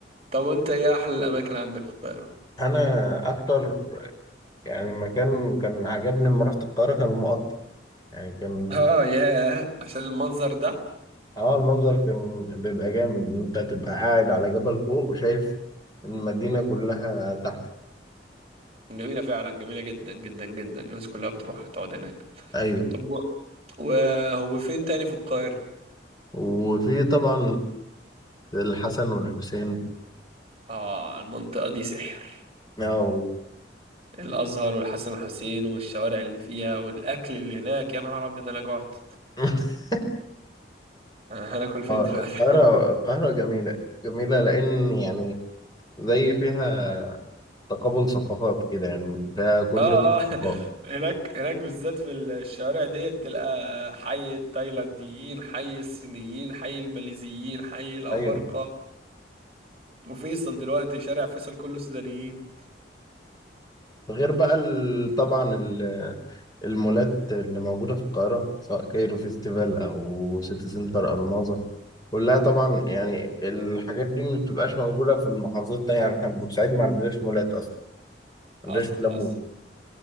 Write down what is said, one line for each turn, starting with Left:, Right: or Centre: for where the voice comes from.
Right: طب انت ايه احلى الاماكن عندك في القاهرة
Left: انا اكتر يعني مكان كان عجبني لما رحت القاهره كان المقطم يعني كان
Right: اه ياه عشان المنظر ده
Left: اه المنظر كان بيبقى جامد ان انت تبقى قاعد على جبل فوق وشايف المدينه كلها تحت
Right: جميلة فعلا جميلة جدا جدا جدا الناس كلها بتروح تقعد هناك
Left: ايوه
Right: طب و- وهو فين تاني في القاهرة
Left: وفي طبعا الحسن والحسين
Right: اه المنطقة دي سحر
Left: اه
Right: الازهر والحسن والحسين والشوارع اللي فيها والاكل اللي هناك يا نهار ابيض انا جعت
Left: <laughs>
Right: انا هناكل فين
Left: آه،
Right: دلوقتي
Left: القاهره
Right: <laughs>
Left: القاهره جميله جميله لان يعني زي فيها تقابل ثقافات كده يعني فيها كل
Right: اه
Left: الثقافات
Right: اه هناك هناك بالذات في الشوارع ديت تلقى حي التايلانديين حي الصينيين حي الماليزيين حي الافارقه
Left: ايوه
Right: وفيصل دلوقتي شارع فيصل كله سودانيين
Left: غير بقى ال- طبعا ال- المولات اللي موجودة في القاهرة سواء كايرو فيستيفال أو سيتي سنتر ألماظة كلها طبعا يعني الحاجات دي ما بتبقاش موجودة في المحافظات التانية يعني احنا في بورسعيد ما عندناش مولات أصلا ما عندناش
Right: حصل
Left: مولات
Right: حصل
Left: مول